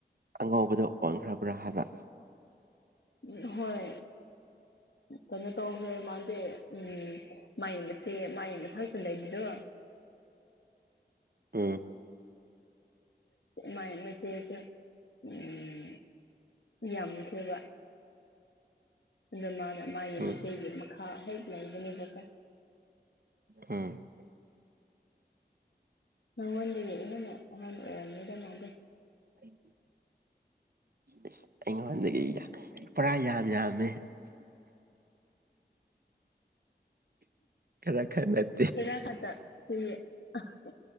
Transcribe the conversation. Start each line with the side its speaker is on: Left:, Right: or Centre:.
Right: ꯑꯉꯧꯕꯗꯣ ꯑꯣꯟꯈ꯭ꯔꯕ꯭ꯔꯥ ꯍꯥꯏꯕ
Left: ꯎꯝ ꯍꯣꯏ ꯀꯩꯅꯣ ꯇꯧꯈ꯭ꯔꯦ ꯃꯥꯥꯗꯤ ꯎꯝ ꯃꯥꯏ ꯃꯆꯦ ꯃꯥꯏ ꯃꯊꯛꯇ ꯂꯩꯕꯗꯣ
Right: ꯎꯝ
Left: ꯃꯥꯏ ꯃꯆ‌ꯦꯁ‌ꯦ ꯎꯝ ꯌꯥꯝꯈꯔ‌ꯦꯕ ꯑꯗꯣ ꯃꯥꯅ ꯃꯥꯒꯤ
Right: ꯎꯝ
Left: ꯃꯒꯤ ꯃꯈꯥ ꯍꯦꯛ ꯂꯩꯕꯅꯦꯕꯀꯣ
Right: ꯎꯝ
Left: ꯅꯉꯣꯟꯗꯒꯤ ꯍꯦꯟꯅ ꯑꯍꯥꯟ ꯑꯣꯏꯔꯝꯒꯗꯕ ꯃꯥꯟꯗꯦ
Right: ꯑꯩ <unintelligible> ꯑꯁ ꯑꯩꯉꯣꯟꯗꯒꯤ ꯄꯨꯔꯥ ꯌꯥꯝ ꯌꯥꯝꯃꯦ ꯈꯔ ꯈꯔ ꯅꯠ
Left: ꯈꯔ ꯈꯛꯇ ꯑꯩꯈꯣꯏꯒꯤ